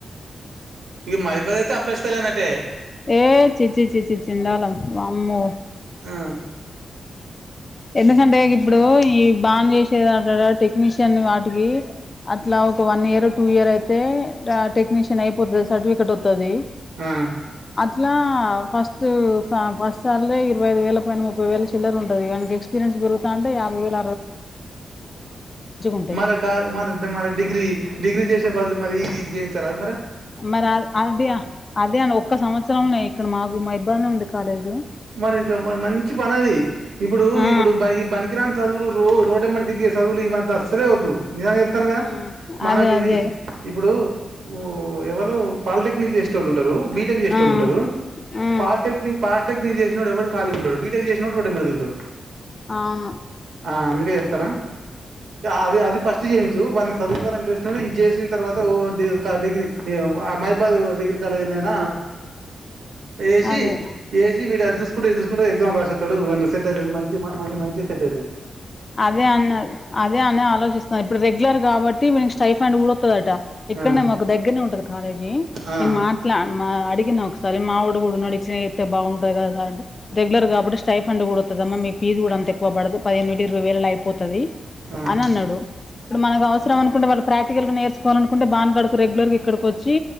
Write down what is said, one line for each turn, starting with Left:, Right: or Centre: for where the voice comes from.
Right: ఇ మ <unintelligible> ఇదైతే ప్ర్రష్ పలా అట్టే <inaudible>
Left: ఏ చి చి చి చి చిందాలం అమ్మో
Right: ఆ
Left: ఎందుకంటే ఇప్పుడు ఈ బాగానే చేసేది అంట టెక్నీషియన్ వాటికి అట్లా ఒక వన్ ఇయర్ టూ ఇయర్ అయితే టెక్నీషియన్ అయిపోతుది సర్టిఫికెట్ వస్తది
Right: ఆ
Left: అదిలా ఫస్ట్ ఫస్ట్ సాలరి ఇరవై ఐదు వేల పైన మూపై ముపై వేలచిల్లర ఉంటది కానీ ఎక్స్పీరియన్స్ పెరుగుతాంట యాభై వేల ఉంటాయి
Right: మరి క మరి మరి డిగ్రీ డిగ్రీ చే చ్చేబాదులు మరి ఈ ఇది చేయించారాదు. మరే
Left: మరి అ అదే అదే అండి. ఒక్క సంవత్సరం ఇక్కడ మాకు మా ఇబ్బంది ఉంది. కాలేజ్లో
Right: మరి ఇంకా మంచి పని అది ఇప్పుడు
Left: ఆ
Right: ఇప్పుడు ఈ పనికిరాని సదువులు రొ రోడ్ ఎమ్మట తిరిగే చదువులు ఈ వంత అస్సలే వద్దు నిజం చెప్తానుగా
Left: మ్
Right: మనకు
Left: అదే
Right: ఇది
Left: అదే
Right: ఇప్పుడు ఓ ఎవరు పాలిటెక్నిక్ చేసే టోళ్ళు లు బీటెక్ చేసే
Left: ఆ
Right: టోళ్ళ ఉంటారు
Left: ఆ
Right: పాలిటెక్నిక్ పాల చేసినడు ఎవడు కాలి ఉండడు బీటెక్ చేసినోడు రోడ్డు ఎమ్మట తిరుగుతాడు
Left: అవును
Right: ఆ అందుకే చెప్తానా అది అది ఫస్ట్ చేయించు వాారిని చదువుకోవాల ఇంట్రెస్ట్ ఉన ఇది చేసిన తర్వాత డిగ్రీ మహిబాద్ డిగ్రీ కాలేజీ అయినా ఏషీ
Left: అదే
Right: ఈసి వీడు అది జూసుకుంటా ఇది చూసుకుంట ఎగ్జామ్ రాసొత్తాడు వాని సెట్ అయితది. మంచి మంచి మైండ్ మంచిగా సెట్ అయితది.
Left: అదే అన్న అదే అనే ఆలోచిస్తున్న ఇప్పుడు రెగ్యులర్ కాబట్టి వీనికి స్టైఫైండ్ కూడా ఒత్తదట ఇక్కడనే
Right: ఆ
Left: మాకు దగ్గరనే ఉంటది. కాలేజీ
Right: ఆ
Left: నేను మాట్లా మా ఆ అడిగిన ఒకసారి మావోడు కూడా ఉన్నాడు ఇట్లానే చెత్తే బాగుంటది. కదా సార్ అంటే రెగ్యులర్ కాబట్టి స్టైఫండ్ కూడా ఒత్తది అమ్మ మీ ఫీజ్ కూడా అంతే ఎక్కువ పడదు పదిహేను ఇరా ఇరవై వేలల్ల ఐపోత్ తది
Right: ఆ
Left: అని అన్నాడు. ఇప్పుడు మనకు అవసరం అనుకుంటే వాళ్ళు ప్రాక్టికల్ నేర్చుకోవాలనుంటే బాన్గాడకు రెగ్యుర్గా ఇక్కడికి వోచ్చి